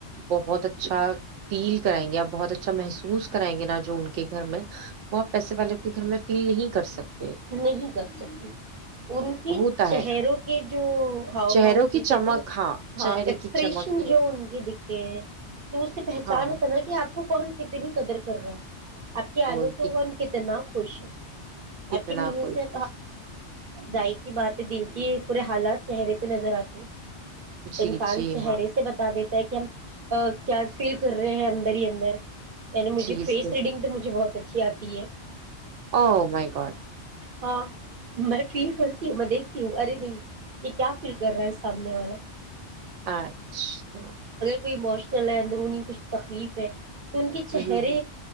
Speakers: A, on the right; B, on the right.
A: بہت اچھا فیل کرائیں گے آپ بہت اچھا محسوس کرائیں گے نا جو ان کے گھر میں وہ آپ پیسے والے کے گھر میں فیل نہیں کر سکتے
B: نہیں کر سکتی ان کے
A: ہوتا
B: چہروں
A: ہے
B: کے جو ہاؤ
A: چہروں
B: بھاؤ ہوتے
A: کی
B: کہتے
A: چمک
B: ہیں نا ہاں
A: چہرے
B: ایکسپریشن
A: کی چمک کی،
B: جو ان کے دکھتے ہیں تو اس سے پہچان
A: ہاں
B: ہوتا نا کہ آپ کو کون کتے نہیں قدر کر رہا آپ کی
A: کوئی
B: آنے سے
A: کت-
B: کون کتنا خوش ت
A: کتنا
B: کہ می
A: کوئی
B: سے
A: کچھ۔
B: ظاہر سی باتیں دل یہ پورے حالات چہرے پہ نظر آتے
A: جی
B: انسان
A: جی
B: چہرے
A: ہاں
B: سے بتا دیتا ہے کہ کیا فیل کر رہے ہیں اندر ہی اندر عنی مھے
A: جی
B: فی
A: صحیح
B: ریڈنگ تو مھے بہت اچا اچچھی آتی ہے
A: او مائییک
B: ہاں ب فیل کرتی ہوں میں دیکھتی ہوں ارے نہیں یہ کیا فیل کر رہا ہے سامنے والا
A: اچھا
B: کو اموشنل ہے اندرونی کچھ تکلیف ہے تو ان کے چہرے
A: ہ